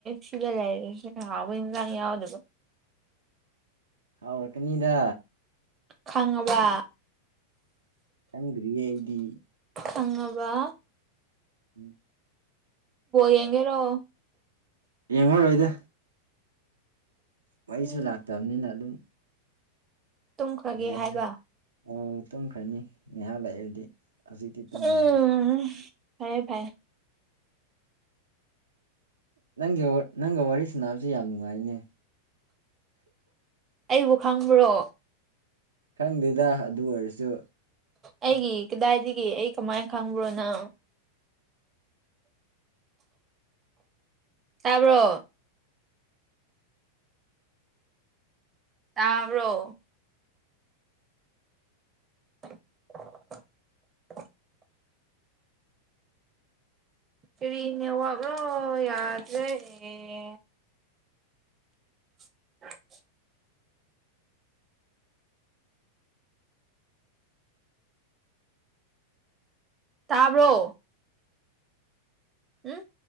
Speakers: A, on the right (about 25°); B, on the right (about 70°).
A: ꯁꯤꯗ ꯂꯩꯔꯦ ꯍꯥꯎꯕ ꯏꯟꯁꯥꯡ ꯌꯥꯎꯗꯕ
B: ꯍꯥꯎꯔꯛꯀꯅꯤꯗ
A: ꯈꯪꯕ
B: ꯈꯪꯗ꯭ꯔꯤꯌꯦ ꯑꯩꯗꯤ
A: ꯈꯪꯉꯕ
B: ꯎꯝ
A: ꯌꯦꯡꯒꯦꯔꯣ
B: ꯌꯦꯡꯉꯔꯣꯏꯗ ꯃꯩꯁꯨ
A: ꯎꯝ
B: ꯂꯥꯛꯇꯕꯅꯤꯅ ꯑꯗꯨꯝ
A: ꯇꯨꯝꯈ꯭ꯔꯒꯦ
B: ꯀꯩ ꯍꯥꯏꯁꯤꯔꯥ
A: ꯍꯥꯏꯕ
B: ꯑꯣ ꯇꯨꯝꯈꯅꯤ ꯉꯥꯏꯍꯥꯛ ꯂꯩꯔꯗꯤ ꯍꯧꯖꯤꯛꯇꯤ ꯇꯨꯝꯃꯣꯏꯗ
A: ꯎꯝ ꯐꯥꯏꯌꯦ ꯐꯥꯏ
B: ꯅꯪꯒꯤ ꯅꯪꯒ ꯋꯥꯔꯤ ꯁꯥꯟꯅꯕꯁꯦ ꯌꯥꯝ ꯅꯨꯡꯉꯥꯏꯅꯦ
A: ꯑꯩꯕꯨ ꯈꯪꯕ꯭ꯔꯣ
B: ꯈꯪꯗꯦꯗ ꯑꯗꯨ ꯑꯣꯏꯔꯁꯨ
A: ꯑꯩꯒꯤ ꯀꯗꯥꯏꯗꯒꯤ ꯑꯩ ꯀꯃꯥꯏꯅ ꯈꯪꯕ꯭ꯔꯣꯅꯣ ꯇꯥꯕ꯭ꯔꯣ ꯇꯥꯕꯔꯣ <inaudible> ꯀꯔꯤꯅꯦ ꯋꯥꯕ꯭ꯔꯣ ꯌꯥꯗ ꯂꯩꯦ <inaudible> ꯇꯥꯕ꯭ꯔꯣ ꯎꯝ